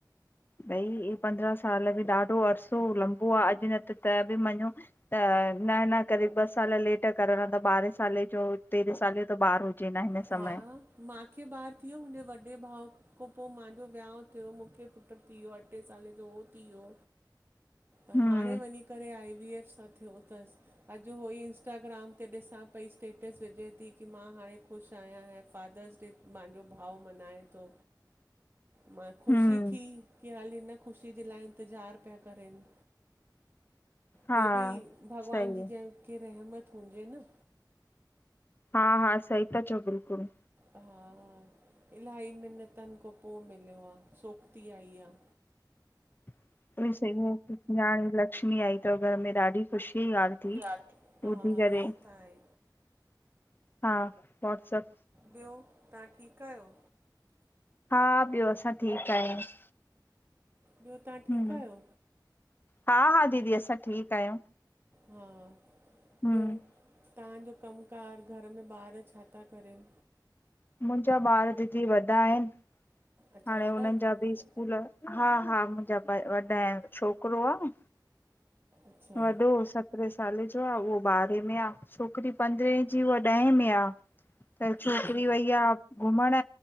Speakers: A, on the left; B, on the right.
A: भई पंद्रहां साल ॿि ॾाढो अरिसो लंबो आह, अॼु न त त बि मञो त न न करे ॿ साल लेट करण त ॿारहं साले जो तेरहें साले वजो ॿार <unintelligible> समय
B: हा माखे ॿार थी, वियो मुंहिंजे वॾे भाउ खां पोइ महाजो विहाांउ थियो मूंखे पुटु थी वियो अठे साले जो उहो थी वियो <unintelligible>
A: हम्म
B: हाणे वञी करे आई बी एफ सां थियो तस अॼु उहो ई इंस्टाग्राम ते ॾिसां पई स्टेटस विझे थी की मां हाणे ख़ुश आहियां ऐं फादर्स डे माजो भाउ मनाए तो। मां ख़ुशी
A: हम्म
B: थी की हाले ख़ुशी जे लाइ इंतिज़ार पिया करनि।
A: हा
B: हे बि भॻवान
A: सही
B: जी जंहिंखे रहमत हुजे न।
A: हा हा, सही ता, चओ बिल्कुलु
B: <unintelligible> इलाही महििनतनि खां पो मिलियो आहे सोकती आई आह।
A: <unintelligible> सही में न्याणी लक्ष्मी आई तव् घर में ॾाढी ख़ुशी <unintelligible>
B: यार हा इहो त आहे
A: हा वॉट्सप
B: ॿियो ता ठीकु आहियो?
A: हा ॿियो असां ठीक आहियूं।
B: ॿियो ता ठीकु
A: हम्म
B: आहियो?
A: हा हा दीदी असां ठीकु आहियूं।
B: हा
A: हम्म
B: ॿियो? ता कमु-कारु घर में ॿार छा था करनि?
A: मुंहिंजा ॿार दीदी वॾा आहिनि,
B: अच्छा
A: हाणे
B: वॾा
A: हुननि
B: अथव
A: जा बि स्कूल हा हा मुंहिंजा <unintelligible> छोकिरो आह।
B: अच्छा
A: वॾो सत्रेस साले जो आह, उहो ॿारहें में आह, छोकिरी पंद्रहें जी, उहा ॾहें में आह। त छोकिरी
B: अच्छा
A: वई आहे, घुमण